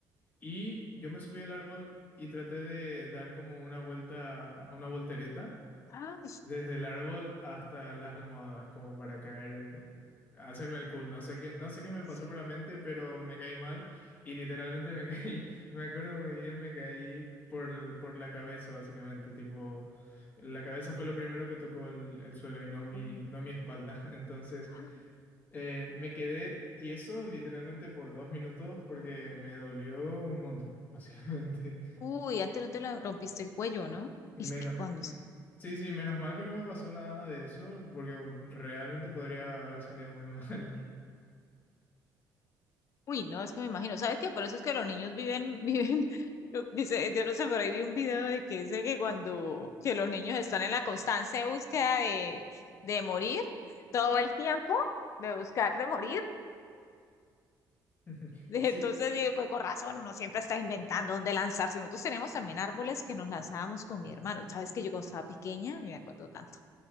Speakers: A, on the left; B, on the left.
A: y yo me subí al árbol y traté de dar como una vuelta, una voltereta
B: Ah,
A: desde el árbol hasta las almohadas, como para caer, hacerme el cool. No sé qué, no sé qué me
B: sí.
A: pasó por la mente, pero me caí mal y literalmente me <laughs> caí. Me acuerdo muy bien, me caí por, l- por la cabeza, básicamente. Tipo, la cabeza fue lo primero que tocó el, el suelo y no mi,
B: Uh,
A: no mi espalda. <laughs> Entonces,
B: <gasps> ah,
A: eh, me quedé tieso literalmente por dos minutos porque
B: ah.
A: me dolió un montón, <laughs> básicamente.
B: Uy, antes no te la rompiste el cuello, ¿no?
A: Menos,
B: Es que cuando
A: mm, sí, sí, menos mal que no me pasó nada de eso, porque realmente podría haber salido muy mal.
B: Uy, no, es que me imagino, ¿sabes qué? Por eso es que los niños viven, viven, <laughs> dice, yo no sé, por ahí vi un video de que dice que cuando, que los niños están en la constante búsqueda de, de morir, todo el tiempo, de buscar de morir,
A: <laughs>
B: <laughs> entonces
A: Sí,
B: digo, con con razón, uno siempre está inventando dónde lanzarse, nosotros tenemos también árboles que nos lanzábamos con mi hermano, ¿sabes que yo cuando estaba pequeña, me acuerdo tanto,